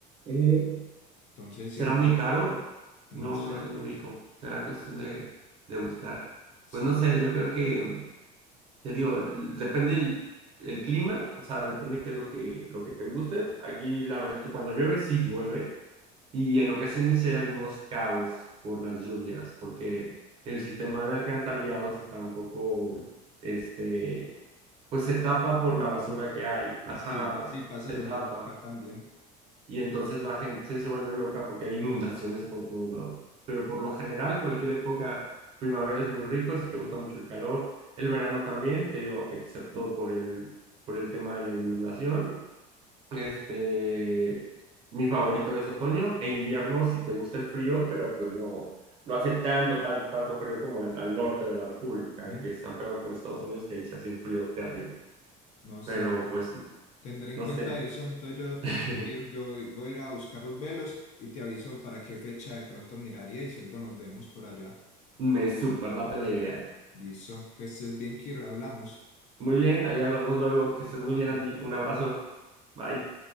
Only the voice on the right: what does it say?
Eh,
¿será
muy caro?
No,
no hay no ubico. Será cuestión de, de buscar.
Pues no sé, yo creo que Te digo, l- depende el clima, o sea, depende qué es lo que, lo que te guste. Aquí la verdad es que cuando llueve, sí llueve, y en ocasiones sí hay algunos caos por las lluvias, porque el sistema de alcantarillados está un poco, este, pues se tapa
por
la basura que hay, ajá,
se
tapa
y entonces la gente se vuelve loca porque hay inundaciones por todos lados. Pero por lo general, cualquier época, primavera es muy rico, si te gusta mucho el calor, el verano también, te digo, excepto por el, por el tema de la inundación. Este, mi favorito es otoño e invierno si te gusta el frío, pero pues no, no hace tanto, tan, tanto frío como en, al norte de la República,
que están pegados con Estados Unidos, que ahí se hace un frío terrible.
Pero pues,
no
sé,
<laughs>
me superlate la idea.
Muy bien, ahí hablamos luego. Que estés muy
bien, Andy. Un
abrazo. Bye.